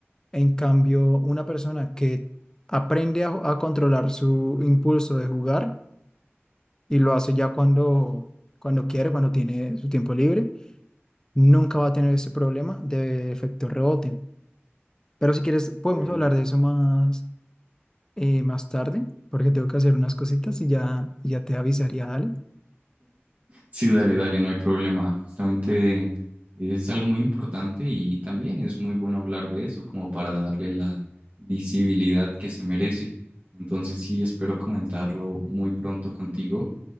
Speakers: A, on the left (about 15°); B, on the right (about 40°).
A: En cambio, una persona que aprende a, a controlar su impulso de jugar y lo hace ya cuando, cuando quiere, cuando tiene su tiempo libre, nunca va a tener ese problema de efecto rebote. Pero si quieres, podemos
B: Sí.
A: hablar de eso más, eh, más tarde, porque tengo que hacer unas cositas
B: <laughs>
A: y ya, y ya te avisaría, dale.
B: Sí, dale, dale, no hay problema. Justamente es algo muy importante y también es muy bueno hablar de eso, como para darle la visibilidad que se merece. Entonces sí, espero comentarlo muy pronto contigo